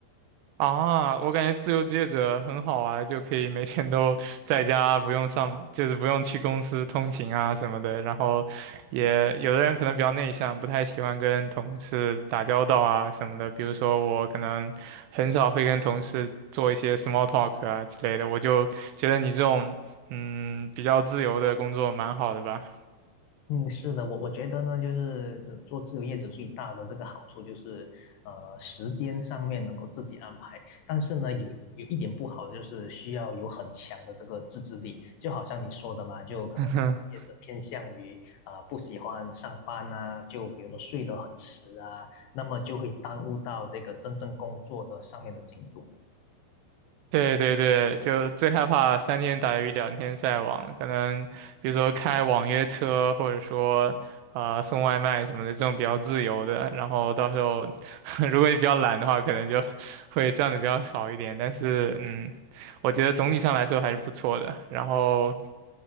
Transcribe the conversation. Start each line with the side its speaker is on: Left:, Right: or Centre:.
Right: 啊，我感觉自由职业者很好啊，就可以每天都 <laughs> 在家，不用上，就是不用去公司通勤啊什么的。然后也有的人可能比较内向，不太喜欢跟同事打交道啊什么的。比如说我可能很少会跟同事做一些 small talk 啊之类的。我就觉得你这种嗯比较自由的工作蛮好的吧。
Left: 嗯，是的，我我觉得呢，就是这做自由业者最大的这个好处就是，呃，时间上面能够自己安排，但是呢，有有一点不好的就是需要有很强的这个自制力，就好像你说的嘛，就可能业者偏向于呃不喜欢上班啊，
Right: <laughs>
Left: 就比如说睡得很迟啊，那么就会耽误到这个真正工作的上面的进度。
Right: 对对对，就最害怕三天打鱼两天晒网，可能比如说开网约车，或者说啊、呃送外卖什么的，这种比较自由的。然后到时候 <laughs> 如果你比较懒的话，可能就会赚的比较少一点。但是嗯，我觉得总体上来说还是不错的。然后